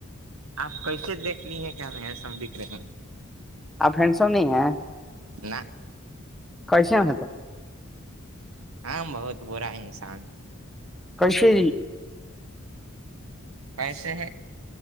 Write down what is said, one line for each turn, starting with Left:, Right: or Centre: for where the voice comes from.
Right: آپ کیسے دیکھنی ہیں کیا ہمیں ایسم دکھ رہے ہیں
Centre: آپ فنڈسو نہیں ہیں
Right: نا
Centre: کشے ہگا تو
Right: ہاں بہت برا ہے انسان
Centre: کشی
Right: ایسے ہے